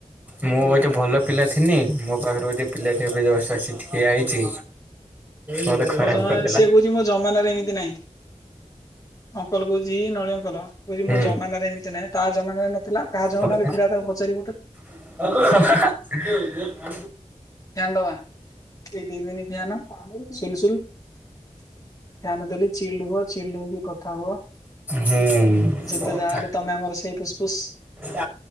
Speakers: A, on the right (about 15°); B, on the left (about 25°).
A: ମୁଁ ଗୋଟେ ଭଲ ପିଲା ଥିନି। ମୋ ପାଖରେ ଗୋଟେ ପିଲାଟି ଜଷ୍ଟ ଏଠି ଠିଆ ହେଇଚି। ମତେ ଖରାପ
B: ତ ଜଣେ
A: କରିଦେଲା
B: ସିଏ
A: <inaudible>
B: କହୁଛି ମୋ ଜମାନାରେ ଏମିତି ନାହିଁ ଅଙ୍କଲ କହୁଚି? ନଳିୀଙ୍କଲ କହୁଚି
A: ହୁଁ
B: ମୋ ଜମାନାରେ ଏମିତି ନାହିଁ। ତା ଜମାନାରେ ନଥିଲା ତାହେଲେ ଆଉ କାହା ଜମାନ
A: ହୁଁ
B: ଥିଲା ତାକୁ ପଚାରିବୁ ତ
A: <unintelligible>
B: ଫ୍ୟାନ ଦବା ଏଇ ଦିଇ ଦିନ ଫ୍ୟାନ ସୁଲ ସୁଲ ଫ୍ୟାନ ଦେଲି ଚିଲ୍ଡ ହୁଅ ଚିଲଦେ ହେଇକି କଥା ହୁଅ।
A: ହୁଁ
B: ଯେତେ
A: କଥା
B: ଯାହା ହେଲେ ତମେ ଆମର ସେଇ ଫୁସଫୁସ୍
A: <inaudible>